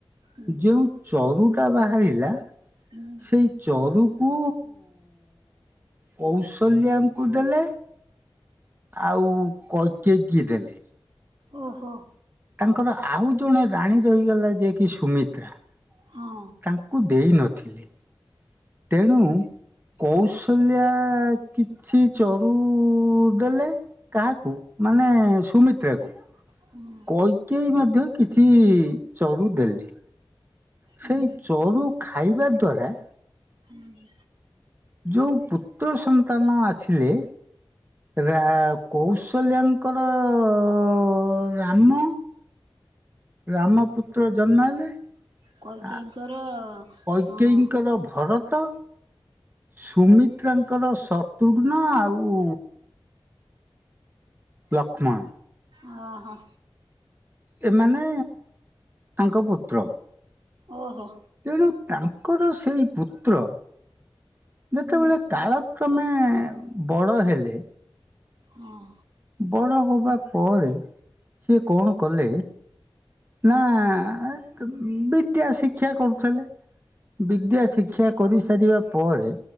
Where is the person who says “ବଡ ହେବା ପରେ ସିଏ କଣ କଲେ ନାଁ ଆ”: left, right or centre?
Right